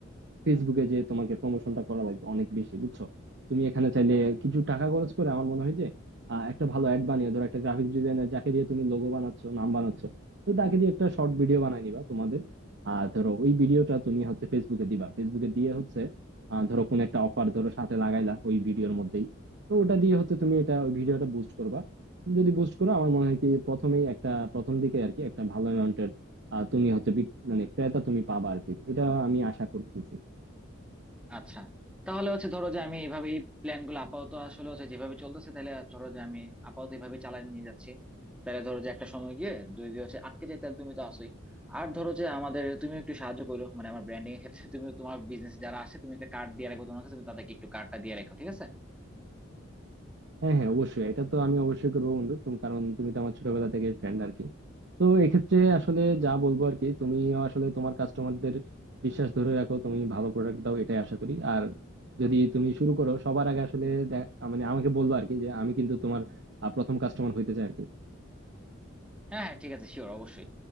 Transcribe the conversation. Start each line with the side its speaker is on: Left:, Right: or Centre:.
Right: ফেসবুকে যে তোমাকে প্রমোশনটা করা লাগবে অনেক বেশি বুঝছো তুমি এখানে চাইলে কিছু টাকা খরচ করে আমার মনে হয় যে আহ, একটা ভালো অ্যাড বানিয়ে ধরো একটা গ্রাফিক ডিজাইনার যাকে দিয়ে তুমি লোগো বানাচ্ছ নাম বানাচ্ছ তো তাকে
Centre: হম
Right: দিয়ে একটা শর্ট ভিডিও বানাই নিবা তোমাদের আর ধরো ওই ভিডিওটা তুমি হচ্ছে ফেসবুকে দিবা ফেসবুকে দিয়ে হচ্ছে আহ, ধরো কোন একটা অফার ধরো সাথে লাগাইলা ওই ভিডিওর মধ্যেই তো ওটা দিয়ে হচ্ছে তুমি এটা ওই ভিডিওটা বুস্ট করবা যদি বুস্ট করো আমার মনে হয় কি প্রথমেই একটা প্রথম দিকে আর কি একটা ভালো অ্যামাউন্টের তুমি হচ্ছে বিক- মানে ক্রেতা তুমি পাবা আর কি এটা আমি আশা করতেছি
Centre: আচ্ছা তাহলে হচ্ছে ধরো যে আমি এইভাবে এই প্ল্যান গুলো আপাতত আসলে হচ্ছে যেভাবে চলতেছে তাহলে ধরো যে আমি আপাতত এইভাবে চালাই নিয়ে যাচ্ছি তাহলে ধরো যে একটা সময় গিয়ে যদি যদি হচ্ছে আটকে যায় তাহলে তুমি তো আসোই আর ধরো যে আমাদের তুমি একটু সাহায্য করো মানে আমার ব্র্যান্ডিং এর ক্ষেত্রে তুমি তোমার বিজনেস যারা আছে তুমি একটা কার্ড দিয়ে রাখো তোমার কাছে তুমি তাদেরকে একটু কার্ডটা দিয়ে রাখো ঠিক আছে
Right: হ্যাঁ হ্যাঁ অবশ্যই এটা তো আমি অবশ্যই করবো বন্ধু তুমি কারণ তুমি তো আমার ছোটবেলা থেকে ফ্রেন্ড আর কি তো এক্ষেত্রে আসলে যা বলবো আর কি তুমি আসলে তোমার কাস্টমারদের বিশ্বাস ধরে রাখো তুমি ভালো প্রোডাক্ট দাও এটাই আশা করি আর যদি তুমি শুরু করো সবার আগে আসলে দেখ- মানে আমাকে বলবো আর কি যে আমি কিন্তু তোমার আহ, প্রথম কাস্টমার হইতে চাই আর কি
Centre: হ্যাঁ হ্যাঁ ঠিক আছে শিওর অবশ্যই